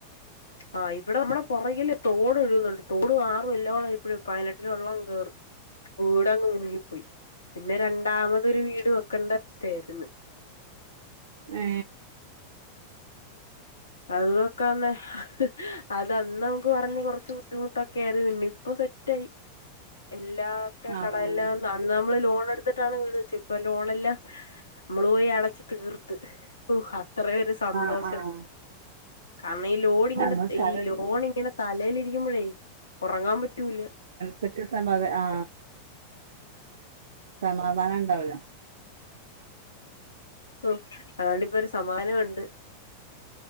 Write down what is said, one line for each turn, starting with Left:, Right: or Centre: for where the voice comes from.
Left: ആ ഇവിടെ നമ്മടെ പുറകിലെ തോട് ഒഴുകുന്നുണ്ട് തോടും ആറും എല്ലാം ഉള്ള ഇപ്പഴു പതിനെട്ടിലെ വെള്ളം കേറും ഊടങ്ങ് മുങ്ങി പോയി പിന്നെ രണ്ടാമതെ തൊരു വീട് വെക്കണ്ട വസ്ഥയാരുന്നു
Right: ഏ
Left: അത് വെക്കാന്നെ അതന്ന് നമുക്ക് പറഞ്ഞ് കൊറച്ച് ബുദ്ധിമുട്ടൊക്കെയാരുന്നു പിന്നി പ്പൊസെറ്റായി ഇല്ലാത്ത
Right: ആഹ്
Left: കടെല്ലാം തന്നും നമ്മള് ലോണെടുത്തിട്ടാണെ വീട് വച്ചെ ഇപ്പ ലോണല്ലാം നമ്മളു പോയി അടച്ച തീർത്തു ഓ അത്രയൊരു സന്തോഷം
Right: ആഹ് ആഹ്
Left: കാമീ ഈ ലോണിങ്ങനെ
Right: നമ്മക്ക്
Left: ഈ
Right: അതല്ല
Left: ലോണിങ്ങനെ തലേലിരിക്കുമ്പഴേ ഉറങ്ങാൻ പറ്റൂല
Right: സക്കിസമതെ ആ സമാധാനം ഉണ്ടാവൂല
Left: ഓ അതുകൊണ്ടിപ്പൊരു സമാധാനം ഉണ്ട്